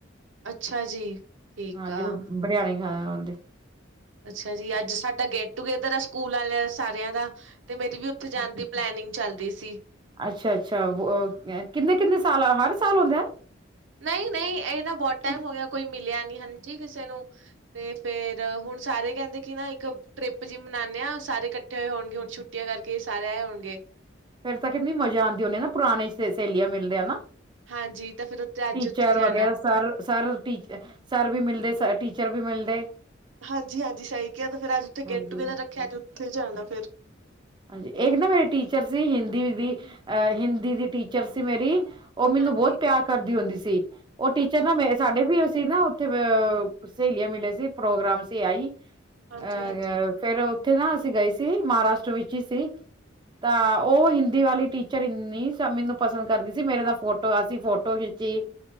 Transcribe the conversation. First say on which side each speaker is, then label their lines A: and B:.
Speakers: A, on the right; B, on the right.
A: ਅੱਛਾ ਜੀ। ਠੀਕ
B: ਹਾਂ,
A: ਆ,
B: ਜਿਵੇ ਬਰਿਆਣੇ ਖਾ ਹਦੇ।
A: ਅੱਛਾ ਜੀ ਅੱਜ ਸਾਡਾ ਗੈਟ ਟੂ ਗੇਦਰ ਆ ਸਕੂਲ ਆਲਿਆਂ ਸਾਰਿਆਂ ਦਾ। ਤੇ ਮੇਰੀ ਵੀ ਓਥੇ ਜਾਣ ਦੀ ਪਲੈਨਿੰਗ ਚੱਲਦੀ ਸੀ।
B: ਅੱਛਾ-ਅੱਛਾ, ਵੋ ਅ ਕਿੰਨੇ-ਕਿੰਨੇ ਸਾਲ ਹਰ ਸਾਲ ਹੁੰਦਾ ਏ।
A: ਨਈ-ਨਈ ਏਹ ਨਾ ਬੰਤ ਟੇਮ ਹੋ ਗਿਆ, ਕੋਈ ਮਿਲਿਆ ਨਈ ਹਾਂਜੀ ਕਿਸੇ ਨੂੰ ਤੇ ਫੇਰ ਹੁਣ ਸਾਰੇ ਕੇਂਦੇ ਕਿ ਨਾ ਏਕ ਟ੍ਰਿਪ ਜੀ ਮਨਾਨੇ ਆ ਸਾਰੇ ਕੱਠੇ ਕੱਠੇ ਹੋਣਗੇ ਹੁਣ ਛੁੱਟੀਆਂ ਕਰਕੇ ਸਾਰੇ ਆਏ ਹੋਣਗੇ।
B: ਫੇਰ ਤਾਂ ਕਿੰਨੀ ਮਜ਼ਾ ਆਂਦੀ ਹੋਨੀ ਨਾ ਪੁਰਾਣੇ ਸਹੇਲੀਆਂ ਮਿਲਦੀਆਂ ਨਾ
A: ਹਾਂਜੀ ਤਾਂ ਫੇਰ ਓਥੇ ਅੱਜ
B: ਟੀਚਰ
A: ਓਥੇ ਜਾਣਾ।
B: ਵਗੈਰਾ ਸਰ ਸਰ ਟੀ ਸਰ ਵੀ ਮਿਲਦੇ ਰਸ ਟੀਚਰ ਵੀ ਮਿਲਦੇ।
A: ਹਾਂਜੀ-ਹਾਂਜੀ ਸਹੀ ਕਿਹਾ ਤੇ ਫੇਰ ਅੱਜ ਉੱਥੇ
B: ਹਾਂਜੀ
A: ਗੈਟ ਟੂਗੇਦਰ ਰੱਖਿਆ ਅੱਜ ਉੱਥੇ ਜਾਣਾ ਫੇਰ
B: ਹਾਂਜੀ ਏਕ ਨਾ ਮੇਰੀ ਟੀਚਰ ਸੀ ਹਿੰਦੀ ਦੀ ਅਹ ਹਿੰਦੀ ਦੀ ਟੀਚਰ ਸੀ ਮੇਰੀ ਓ ਮੈਨੂੰ
A: ਹਾਂਜੀ-ਹਾਂਜੀ,
B: ਬੋਤ ਪਿਆਰ ਕਰਦੀ ਹੁੰਦੀ ਸੀ ਓ ਟੀਚਰ ਨਾ ਮੇਰੇ ਸਾਡੇ ਵੀ ਉਹ ਸੀ ਨਾ ਓਥੇ ਬ ਅ ਸਹੇਲੀਆਂ ਮਿਲੇ ਸੀ ਪ੍ਰੋਗਰਾਮ ਸੀ ਆਈ
A: ਹਾਂਜੀ-ਹਾਂਜੀ
B: ਅਹ ਫੇਰ ਓਥੇ ਨਾ ਅਸੀਂ ਗਏ ਸੀ। ਮਹਾਰਾਸ਼ਟਰ ਵਿੱਚ ਹੀ ਸੀ। ਤਾਂ ਉਹ ਹਿੰਦੀ ਵਾਲੀ ਟੀਚਰ ਏਨੀ ਸ ਮੈਨੂੰ ਪਸੰਦ ਕਰਦੀ ਸੀ, ਮੇਰੇ ਨਾਲ ਫੋਟੋ ਤੋਂ ਅਸੀਂ ਫੋਟੋ ਖਿੱਚੀ।